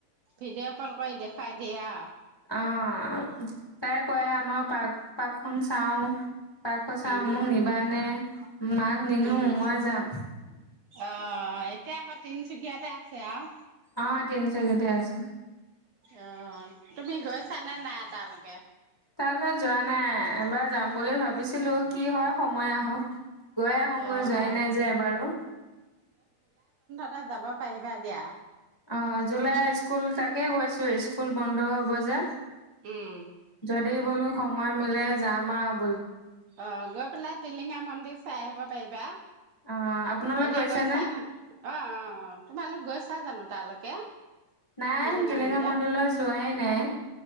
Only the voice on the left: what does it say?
অঁ তাই কয় আমাৰ পাৰ্ক পাৰ্কখন চাওঁ পাৰ্ক খন চাওঁ
মোক
নিবানে মাক নিনো
মই যাম
অ তিনিচুকীয়াতে আছে
তাৰে যোৱা নাই এবাৰ যাম বুলি ভাবিছিলো কি হয় সময় আহক গৈ আহোঁগৈ
যোৱাই
নাই যে এবাৰু
অঁ জুলাই স্কুল তাকে কৈছো স্কুল বন্ধ হ'ব যে।
যদি বোলো সময় মিলে যাম আৰু
অ আপোনালোক
গৈছেনে
নাই
মন্দিৰলৈ যোৱাই নাই